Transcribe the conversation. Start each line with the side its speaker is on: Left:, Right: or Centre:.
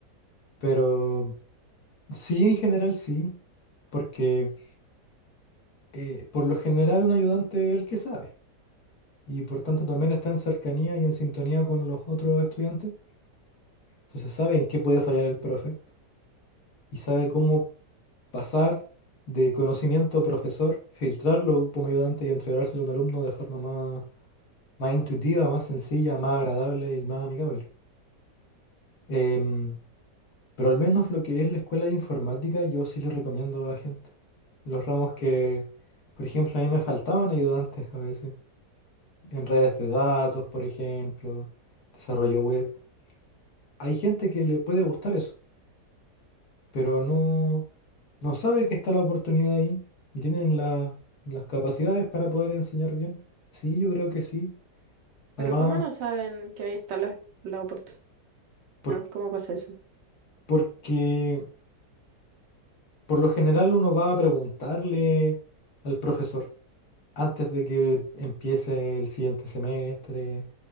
Left: Pero sí, en general sí, porque eh, por lo general un ayudante es el que sabe, y por tanto también está en cercanía y en sintonía con los otros estudiantes. Entonces sabe en qué puede fallar el profe y sabe cómo pasar de conocimiento a profesor, filtrarlo como ayudante y entregárselo a un alumno de forma más, más intuitiva, más sencilla, más agradable y más amigable. Em, pero al menos lo que es la escuela de informática, yo sí le recomiendo a la gente. Los ramos que, por ejemplo, a mí me faltaban ayudantes a veces. En redes de datos, por ejemplo, desarrollo web. Hay gente que le puede gustar eso. pero no, no sabe que está la oportunidad ahí y tienen la- las capacidades para poder enseñar bien. Sí, yo creo que sí. Además,
Right: Pero ¿cómo no saben que ahí está la, la oportunidad?
Left: por-
Right: ¿Cómo pasa eso?
Left: porque por lo general uno va a preguntarle al profesor antes de que empiece el siguiente semestre